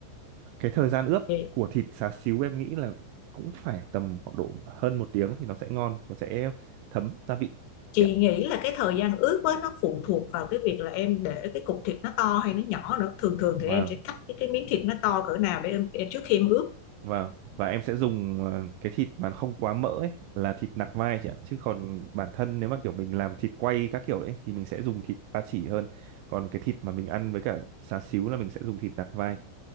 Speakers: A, on the right; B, on the left.
A: cái thời gian ướp
B: Vậy
A: của thịt xá xíu em nghĩ là cũng phải tầm khoảng độ hơn một tiếng thì nó sẽ ngon và sẽ thấm gia vị
B: chị
A: chị ạ
B: nghĩ là cái thời gian ướp với nó phụ thuộc vào cái việc là em để cái cục thịt nó to hay nó nhỏ nữa. Thường thường thì
A: và
B: em sẽ cắt cái cái miếng thịt nó to cỡ nào để em, em trước khi em ướp.
A: và và em sẽ dùng ờ, cái thịt mà nó không quá mỡ ấy là thịt nạc vai chị ạ chứ còn bản thân nếu mà kiểu mình làm thịt quay các kiểu đấy thì mình sẽ dùng thịt ba chỉ hơn còn cái thịt mà mình ăn với cả xá xíu là mình sẽ dùng thịt nạc vai